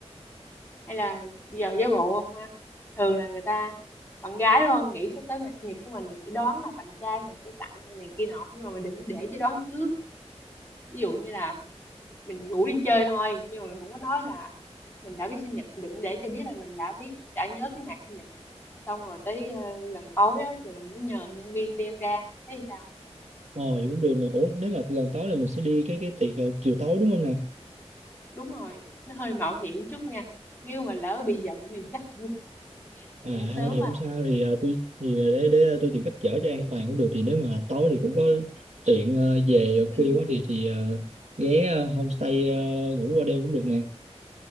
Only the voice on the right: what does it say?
Ồ, vậy cũng được nè. Ủa, nếu mà gần tối là mình sẽ đi cái cái tiệc ờ, chiều tối đúng không nè?
À
thôi thì không
sao thì ờ, tôi thì để để tôi tìm cách chở cho an toàn cũng được thì nếu mà tối thì cũng có tiện ờ, về
khuya quá thì thì ờ, ghé ờ, homestay ờ, ngủ qua đêm cũng được nè.